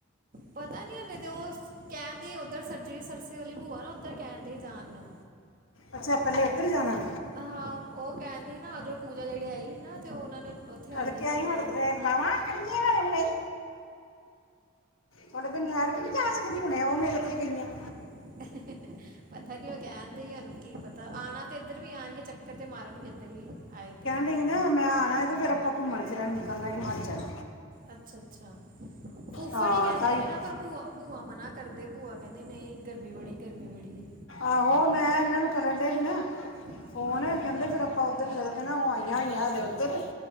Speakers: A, on the right (about 45°); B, on the left (about 80°).
A: ਪਤਾ ਨੀ ਹਲੇ ਤੇ ਉਹ ਕਹਿਣ ਦੇ ਉੱਧਰ ਜਿਹੜੀ ਸਰਸੇ ਵਾਲੀ ਭੂਆ ਨਾ ਉੱਧਰ ਕਹਿਣ ਦੇ ਜਾਣ ਨੂੰ।
B: ਅੱਛਾ ਪਹਿਲੇ ਉੱਧਰ ਜਾਣਾ।
A: ਹਾਂ ਉਹ ਕਹਿਣ ਦੀ ਸੀ ਨਾ ਅੱਜ ਉਹ ਪੂਜਾ ਜਿਹੜੇ ਆਈ ਸੀ ਨਾ ਤੇ ਉਹਨਾਂ ਨੇ। ਉੱਥੇ ਹਲੇ
B: ਅਕਈੜਦਾ
A: ਹੈਗੇ ਆ
B: ਵਾਂ ਕਿੜਨ ਥੋੜੇ ਦਿਨ ਠਹਿਰ ਕੇ ਨਹੀਂ ਜਾ ਸਕਦੀ ਹੁਣੇ ਓ ਮਿਲ ਕੇ ਗਈ ਹ।
A: <inaudible> ਪਤਾ ਨੀ ਉਹ ਕਹਿਣ ਦੇਈ ਉਹਨੂੰ ਕੀ ਪਤਾ ਆਉਣਾ ਤੇ ਇੱਧਰ ਵੀ ਆਉਣਗੇ ਚੱਕਰ ਤੇ ਮਾਰਨਗੇ ਇੱਧਰ ਵੀ ਆਏ ਤੇ।
B: ਨਹੀਂ ਨਾ ਮੈਂ ਆਉਣਾ ਤੇ ਫੇਰ ਆਪਾਂ ਘੁੰਮਣ ਫਿਰ ਨਿਕਲਣਾ ਹਿਮਾਚਲ।
A: ਅੱਛਾ ਅੱਛਾ ਫੁਫੜ
B: ਹਾਂ
A: ਹੀ ਕਹਿੰਦੇ
B: ਤਾਈ
A: ਨੇ ਨਾ ਪਰ ਭੂਆ। ਭੂਆ ਮਨਾ ਕਰਦੇ ਭੂਆ ਕਹਿੰਦੇ ਨਈ ਗਰਮੀ ਬੜੀ ਗਰਮੀ ਬੜੀ ਹੈ।
B: ਆਹੋ ਮੈਂ ਇਹਨਾਂ ਨੂੰ ਕਰਨਡੇ ਹੀ ਨਾ।
A: ਹੈ
B: ਫੋਨ
A: ਹੂੰ ਹੂੰ
B: ਕਹਿੰਦੇ ਫਿਰ ਆਪਾਂ ਉੱਧਰ ਚਲੇ ਜਾਣਾ ੳਹ ਆਈਆਂ ਹੋਈਆਂ ਹਲੇ ਉੱਧਰ।